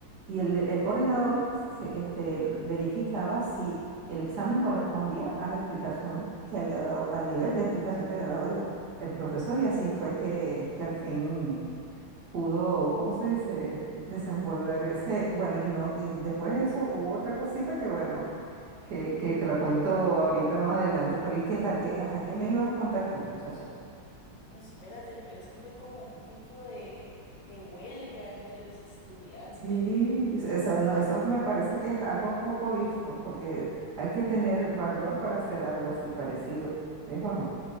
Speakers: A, on the right; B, on the left.
A: y el, el coordinador se- este, verificaba si el examen correspondía a la explicación que había dado, al nivel de explicación que había dado el, el profesor y así fue que, que al fin pudo, ¿cómo se dice?, desenvolver ese, bueno, y, no, y después de eso hubo otra cosita que, bueno, que, que te la cuento ahorita más adelante, pero ¿y qué tal? ¿Qué, ajá, qué me ibas a contar tú, muchacha?
B: No, espérate, pero eso fue como un tipo de, de huelga entre los estudiantes.
A: Sí, es- eso, no, eso me parece que es algo poco visto, porque hay que tener valor para hacer algo así parecido, ¿es o no?